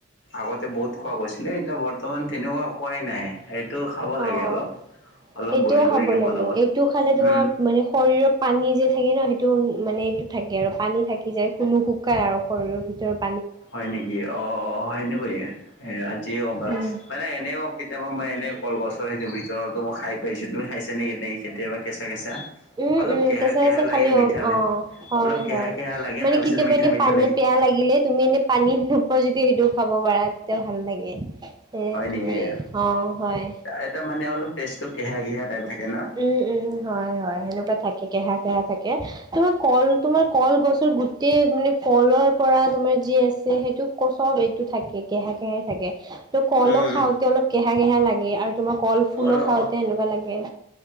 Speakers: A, on the left; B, on the right.
A: আগতে বহুত খোৱা গৈছিলে এতিয়া বৰ্তমান তেনেকুৱা খোৱাই নাই সেটো খাব লাগে
B: অ'।
A: অলপ অলপ
B: এইটোও
A: বইল কৰিকে
B: খাব
A: বনাব
B: লাগে, এইটো খালে তোমাৰ
A: উম
B: মানে শৰীৰৰ পানী যে থাকে নহ সেইটো মানে এইটো থাকে আৰু পানী থাকি যায় নুশুকাই আৰু শৰীৰৰ ভিতৰত।
A: হয় নেকি অ অ সেনেকুৱায়ে এ আজিয়ে গম পালোঁ
B: উম।
A: মানে এনেও কেতিয়াবা মই এ। কলগছৰ সেইটো ভিতৰতো মই খাই পাইছোঁ তুমি খাইছা নেকি কেতিয়াবা কেঁচা কেঁচা।
B: উম
A: অলপ
B: উম
A: কেহা
B: কেঁচা
A: কেহা
B: কেঁচা
A: লাগে
B: খালি
A: মিঠা লাগে
B: অ হয়
A: অলপ কেহা
B: হয়
A: কেহা লাগে
B: মানে
A: তাৰপিছত
B: কেতিয়াবা
A: মিঠা
B: এনে
A: মিঠা
B: পানী
A: লাগে
B: পিয়া। বেয়া লাগিলে তুমি এনে পানীত নোপোৱা যদি সেইটো খাব পাৰা তেতিয়া ভাল লাগে। এ
A: হয়
B: তোমাৰ
A: নেকি এ
B: এই অ হয়
A: এটা মানে অলপ টেষ্ট টৌ কেহা কেহা টাইপ থাকে। ন
B: উম, উম, হয়, হয়, সেনেকুৱা থাকে কেহা বেয়া থাকে তোমাৰ কল তোমাৰ কলগছৰ গোটেই মানে ফলৰ পৰা তোমাৰ যি যে সেইটো কচৱ এইটো থাকে কেহা কেহে থাকে ত কলো
A: উম
B: খাওঁতে অলপ কেহা কেহা লাগে আৰু তোমাৰ কল ফুলো
A: অলপ
B: খাওঁতে সেনেকুৱা লাগে